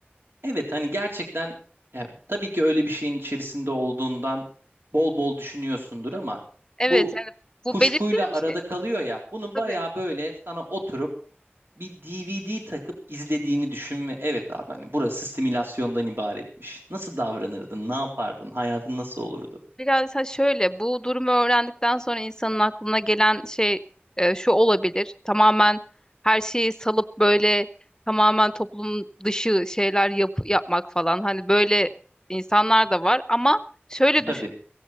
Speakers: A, on the right (about 65°); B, on the left (about 15°).
A: Evet hani gerçekten yani tabii ki öyle bir şeyin içerisinde olduğundan bol bol düşünüyorsundur ama
B: Evet
A: bu
B: yani
A: kuşkuyla
B: bu belirsiz bir
A: arada
B: şey.
A: kalıyor ya bunun
B: Tabii.
A: bayağı böyle sana oturup bir DVD takıp izlediğini düşün ve evet abi hani burası simülasyondan ibaretmiş. Nasıl davranırdın? Ne yapardın? Hayatın nasıl olurdu?
B: Biraz ha şöyle bu durumu öğrendikten sonra insanın aklına gelen şey e, şu olabilir. Tamamen her şeyi salıp böyle tamamen toplum dışı şeyler yap yapmak falan. Hani böyle insanlar da var ama şöyle
A: Tabii.
B: düşün.